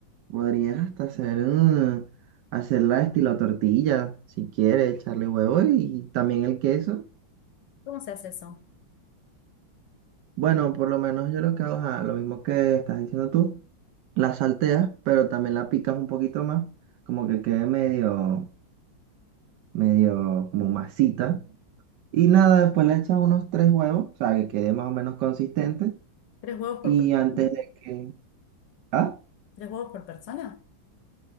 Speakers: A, on the right; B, on the left.
A: Podrías hasta hacer, mm, hacerla estilo tortilla, si quieres, echarle huevo y también el queso.
B: ¿Cómo se hace eso?
A: Bueno, por lo menos yo lo que hago es ah, lo mismo que estás diciendo tú. La salteas, pero también la picas un poquito más, como que quede medio, medio como masita. Y nada, después le echas unos tres huevos, o sea, que quede más o menos consistente.
B: ¿Tres huevos por
A: Y
B: persona?
A: antes de que... Ah,
B: ¿Tres huevos por persona?